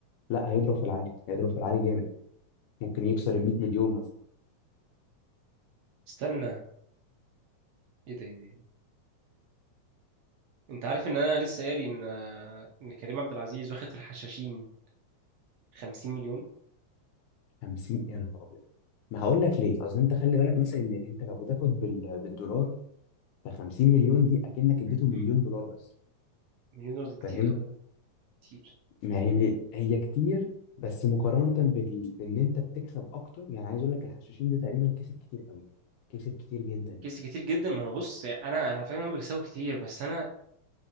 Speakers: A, on the left; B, on the right.
A: لا هيضرب في العالي هيضرب في العالي جامد ممكن يكسر ال 100 مليون مثلا
B: استنى ايه ده ايه ده إيه ده؟ انت عارف ان انا لسه قاري ان ان كريم عبد العزيز واخد في الحشاشين 50 مليون
A: 50 يا نهار ابيض ما هقول لك ليه اصل انت خلي بالك مثلا ان انت لو بتاخد بال... بالدولار ف 50 مليون دي اكنك اديته
B: مم.
A: مليون دولار بس
B: مليون دولار ده كتير
A: فاهم
B: قوي كتير
A: ما هي هي كتير بس مقارنه بال... بان انت بتكسب اكتر يعني عايز اقول لك الحشاشين ده تقريبا كسب كتير قوي كسب كتير جدا
B: كيس كتير جدا ما هو بص يعني انا انا فاهم إنهم بيكسبوا كتير بس انا